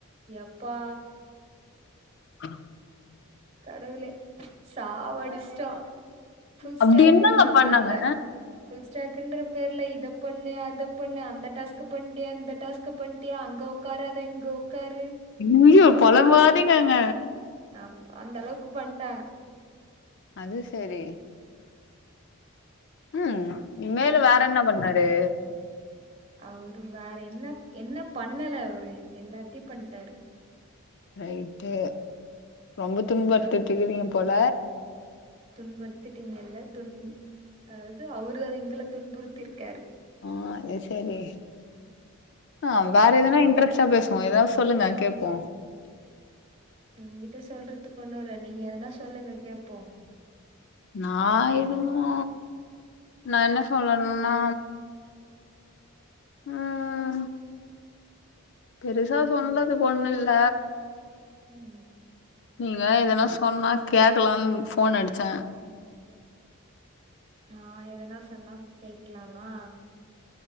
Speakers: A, on the right; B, on the left.
A: எப்பா
B: ஆ
A: கடவுளே சாவடிஷ்ட்டா ஃபுல் ஸ்டாக்ன்ற
B: அப்டி என்னங்க பண்ணாங்க
A: பேர்ல ஃபுல் ஸ்டாக்குன்ற பேர்ல இதப் பண்ணு அதப் பண்ணு அந்த டாஸ்க் பண்ட்டியா இந்த டாஸ்க் க்கு பண்ட்டியா அங்க உக்காராத அது இங்க உக்காரு
B: அய்யய்யோ பொலம்பாதிங்கங்க
A: அப் அந்த அளவுக்கு பண்ட்டாங்க
B: அது சரி ம் மேலு வேற என்ன பண்ணாரு
A: அவரு வேற என்ன என்ன பண்ணல அவரு எல்லாத்துயு பண்ட்டாரு
B: ரைட்டு ரொம்ப துன்பத்துட்டுறீங்க போல
A: துன்படுத்திட்டீங்கல்ல துன் அதாது அவரு தா எங்கள துன்புறுத்திருக்காரு
B: ஆ அது சரி அ வேற எதனா இன்ட்ரெஸ்டா பேசுவோ ஏதா சொல்லுங்க கேப்போ
A: எங்கிட்ட சொல்றதுக்கு ஒண்ணு இல்ல நீங்க எதனா சொல்லுங்க கேப்போ
B: நா எதுமோ நா என்ன சொல்லனுன்னா ம் பெருசா சொல்லதுக் ஒண்ணுல்ல
A: ம்
B: நீங்கலா எதனா சொன்னா கேக்கலானு ஃபோன் அடிச்ச
A: நா எதனா சொன்னா கேக்கலானா